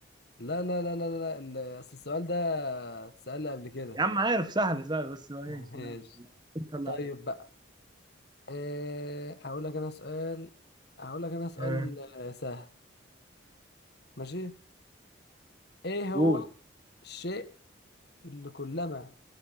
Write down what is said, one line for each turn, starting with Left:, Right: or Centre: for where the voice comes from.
Left: لا لا لا لا لا ال- أصل السؤال ده اتسأل لي قبل كده
Right: يا عم عارف سهل سهل بس
Left: <laughs>
Right: ماشي
Left: ماشي
Right: يلا طلع
Left: طيب
Right: عليك
Left: بقى إيه هقول لك أنا سؤال هقول لك أنا سؤال
Right: آه.
Left: سهل ماشي ايه هو
Right: قوم
Left: الشيء اللي كلما